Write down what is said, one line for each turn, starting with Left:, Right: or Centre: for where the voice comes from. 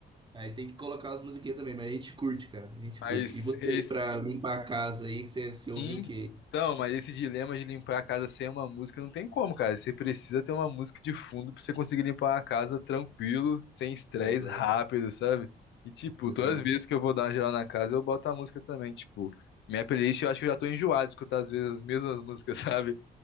Right: Aí tem que colocar as musiquinhas também, mas a gente curte, cara. A gente
Left: Mas
Right: curte. E você
Left: esse.
Right: aí, pra limpar a casa aí, que você, você ouviu
Left: Então,
Right: o quê?
Left: mas esse dilema de limpar a casa sem uma música não tem como, cara. Você precisa ter uma música de fundo pra você conseguir limpar a casa tranquilo, sem estresse,
Right: Exato.
Left: rápido, sabe? E, tipo,
Right: Exato.
Left: todas as vezes que eu vou dar uma geral na casa, eu boto a música também. Tipo, minha playlist eu acho que eu já tô enjoado de escutar às vezes as mesmas <laughs> músicas, sabe?